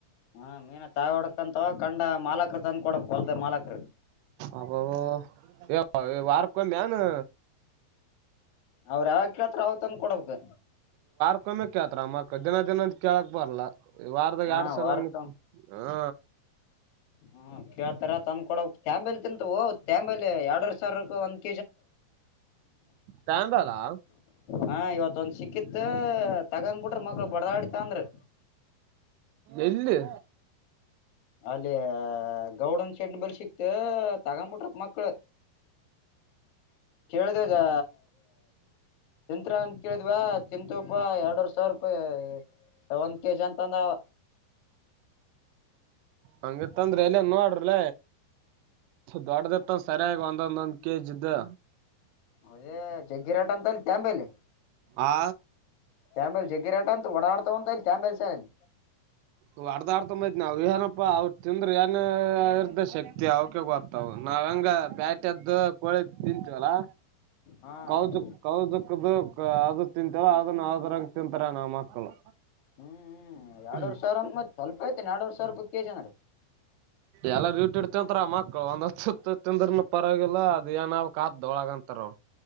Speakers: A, on the left; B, on the right.
A: ಹಾ ಮೀನ ತಾವೆ ಹೊಡಕಂತವ, ಕಂಡ ಮಾಲಕರು ತಂದ ಕೊಡ್ಬೇಕ ಹೊಲದ ಮಾಲಕರು.
B: ಅಬಾಬಾ, ಏ ವಾರಕ ಒಮ್ಮೆನು?
A: ಅವರು ಯಾವಾಗ ಕೇಳುತ್ತಾರೋ ಅವಗ ತಂದ ಕೊಡಬೇಕು.
B: ಒಮ್ಮೆ ಕೇಳ್ತಾರಾ ಮತ್ತಾ ದಿನ ದಿನ ಕೇಳಕ್ ಬರಲ್ಲ. ವಾರದಾಗ
A: ಹಾ
B: ಎರಡು ಸಲ
A: ವಾರಕ್
B: ಹಾ.
A: ಹ್ಮ ಕೇಳ್ತಾರ ತಂದ ಕೊಡಬೇಕು ತ್ಯಾಂಬೆಲಿ ತಿಂತವೊ ತ್ಯಾಂಬೆಲಿ ಎರಡು ವರಿ ಸಾವಿರ ಇರ್ತದ ಅಂತ.
B: ತ್ಯಾಂಬೇಲಾ?
A: ಹಾ ಇವತ್ತೊಂದು ಸಿಕ್ಕಿತ್ತು ತಗೊಂದ ಬಿಟ್ಟರು ಮಕ್ಕಳು ಬಡದಾಡಿ ತಗೊಂಡ್ರು.
B: ಎಲ್ಲಿ?
A: ಅಲ್ಲಿ ಗೌಡನ ಶೆಡ್ಡಿನ ಬಳಿ ಸಿಕ್ತು ತಗೊಂಡು ಬಿಟ್ಟರು ಮಕ್ಕಳು. ಕೇಳಿದೇದಾ. ತಿಂತೀರಾ ಅಂತ ಕೇಳಿದ್ವಾ ತಿಂತೀವಿ ಪಾ ಎರಡವರಿ ಸಾವಿರ ರೂಪಾಯಿ. ಅದು ಒಂದು ಕೆ. ಜಿ. ಅಂತಂದ ಅವ.
B: ಹಂಗತ್ತ ಅಂದ್ರ ಎಲ್ಲ ನೋಡ್ರಲ್ಲ ದೊಡ್ಡದ ಮ ಸರಿಯಾಗಿ ಒಂದೊಂದೊಂದ್ ಕೆಜ್ದು
A: ಅದೇ ಜಗ್ಗಿರಾಟ ಅಂತ ಅಲ್ಲಿಂಬೇಲಿ
B: ಆ
A: ತಾಂಬೇಲ್ ಜಗ್ಗಿರಾಟ ಅಂತ ಓಡಾಡ್ತ ಉ ಅಂತ ಅಲ್ಲಿ ತಾಂಬೇಲ್ ಸಾರಲ್ಲಿ
B: ್ ಅರ್ದ ಆಡ್ತೊಂಬೈತಿ ನಾವವು ಏನಪ್ಪಾ ಅವ್ರು ತಿಂದ್ರ ಏನ ಇರ್ತ ಶಕ್ತಿ ಅವಕ ಗ ನಾವಂಗ ಬ್ಯಾಟಿದ್ದು ಕೋಳಿ ತಿಂತೀವಲ್ಲಾ
A: ಹಾ
B: ಕೌಜಕ್
A: ಹ್ಮ್
B: ಕೌಜಕ್ಕದ ಅದು ತಿಂತಾರ ಅದನ್ನ ಅವದರಂಗ ತಿಂತಾರ ನಮ್ಮ ಮಕ್ಕಳು
A: ಹ್ಮ್ ಎರಡೂವರ್
B: ಹ್ಮ
A: ಸಾವಿರ ಅಂತ ಮತ್ ಸ್ವಲ್ಪ ಐ್ತು ನಾಡುವ ಸಾವಿರ ರೂಪಾಯಿ ಕೆ ಜನ
B: ಎಲ್ಲಾರ ಯಟ ತಿಂತರ ಮಕ್ಳು ಒಂದ ಸ ತಿಂದ್ರನ ಪರವಾಗಿಲ್ಲ ಅದ ಏನಾವಕ್ ಹೊಳಗ ಅಂತಾರ ಅವ